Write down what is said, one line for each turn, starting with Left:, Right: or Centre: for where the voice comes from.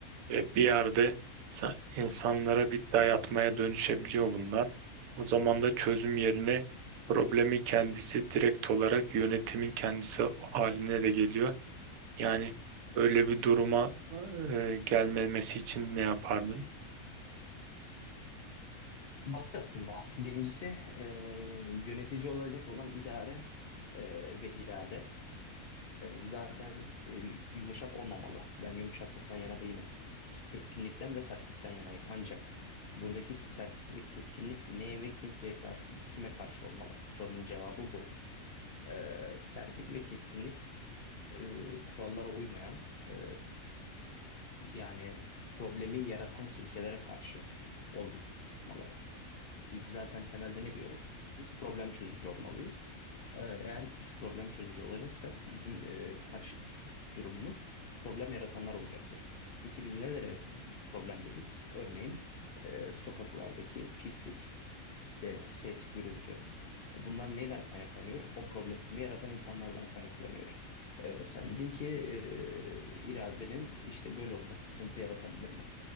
Right: E, bir yerde sa- insanlara bir dayatmaya dönüşebiliyor bunlar. O zaman da çözüm yerine problemi kendisi direkt olarak yönetimin kendisi haline de geliyor. Yani öyle bir duruma e, gelmemesi için ne yapardın?
Left: Basit aslında. Birincisi e, yönetici olacak olan idare e, ve irade. E, zaten e, yumuşak olmamalı. Ben yumuşaklıktan yana değilim. Keskinlikten ve sertlikten yanayım. Ancak buradaki sertlik ve keskinlik neye ve kimseye karşı, kime karşı olmalı? Sorunun cevabı bu. E, sertlik ve keskinlik e, kurallara uymayan e, yani problemi yaratan kimselere karşı olmalı. Biz zaten temelde ne diyoruz? Biz problem çözücü olmalıyız. Ee, Eğer biz problem çözücü olacaksak bizim e, karşıt durumumuz problem yaratanlar olacaktır. Peki biz nelere problem dedik? Örneğin e, sokaklardaki pislik, de ses, gürültü. E, Bunlar neyden kaynaklanıyor? O problemi yaratan insanlardan kaynaklanıyor. Ee, sen dedin ki e, iradenin işte böyle olması sıkıntı yaratabilir mi?